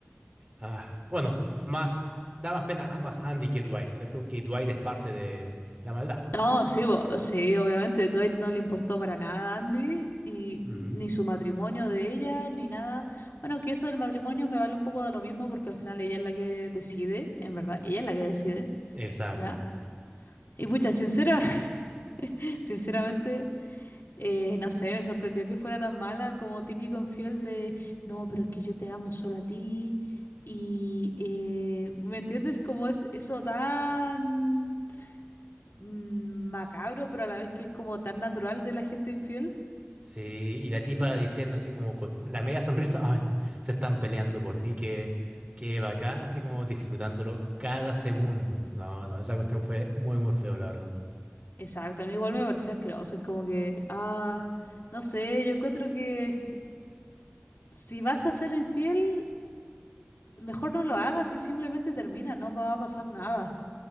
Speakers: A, on the right (about 30°); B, on the left (about 60°).
A: ah, bueno, más... Da más pena a- más Andy que Dwight, ¿cierto? Porque Dwight es parte de la maldad.
B: No, sí, bo- sí, obviamente. Dwight no le importó para nada a Andy, y ni
A: Ujú.
B: su matrimonio de ella, ni nada. Bueno, que eso del matrimonio me vale un poco de lo mismo, porque al final ella es la que decide, en verdad, ella es la que decide,
A: Exacto.
B: ¿ya? Y pucha, sincera, <laughs> sinceramente, eh, no sé, me sorprendió que fuera tan mala como típico infiel de, no, pero es que yo te amo solo a ti. Y, eh, ¿me entiendes? Como es eso tan mm, macabro, pero a la vez que es como tan natural de la gente infiel.
A: Sí, y la tipa diciendo así como con la media sonrisa, ay, se están peleando por mí, qué, qué bacán, así como disfrutándolo cada segundo. No, no, esa cuestión fue muy, muy feo, la verdad.
B: Exacto, a mí igual me pareció asqueroso. Es como que, ah, no sé, yo encuentro que si vas a ser infiel, mejor no lo hagas y simplemente termina, no va a pasar nada.